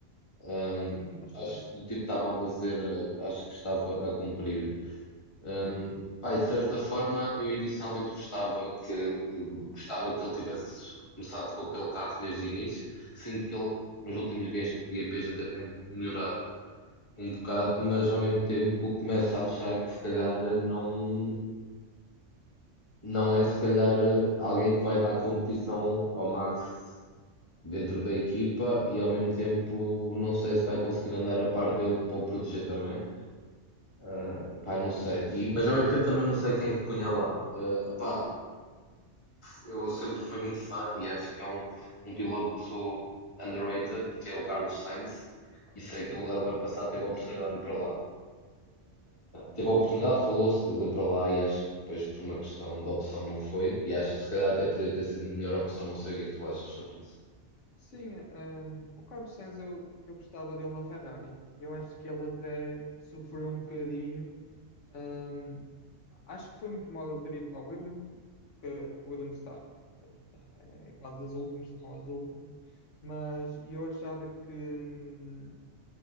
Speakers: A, on the left (about 25°); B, on the left (about 80°).
A: Ahm,
B: Sim, acho
A: acho
B: que sim.
A: que o tipo estava a fazer, eh, acho que estava a cumprir. Um, pá, e de certa forma, eu inicialmente gostava que, eu gostava que ele tivesse começado com aquele carro desde o início, sendo que ele nos últimos GPs até tem melhorado um bocado, mas ao mesmo tempo começa a achar que se calhar não, não é se calhar alguém que vai dar competição ao Max dentro da equipa e ao mesmo tempo não sei se vai conseguir andar a par dele para o proteger também. Ah, pá, não
B: Pois,
A: sei. E, mas ao mesmo tempo também não sei quem é que punha lá. Ah, Eu sempre fui muito fã e acho que é um, um piloto underrated, que é o Carlos Sainz, e sei
B: sim.
A: que ele o ano passado teve a oportunidade de ir para lá. Teve a oportunidade, falou-se dele ir para lá e acho que depois por uma questão de opção não foi, e acho que se calhar até poderia ter sido a melhor opção, não sei o que é que tu achas sobre isso.
B: Sim, hum, o Carlos Sainz eu, eu gostava dele na Ferrari. Eu acho que ele até sofreu um bocadinho. Hum, acho que foi muito mal ele ter ido para a Williams, porque a Williams está, pronto, está, é é quase as últimas, se não as últimas. Mas e eu achava que, hum,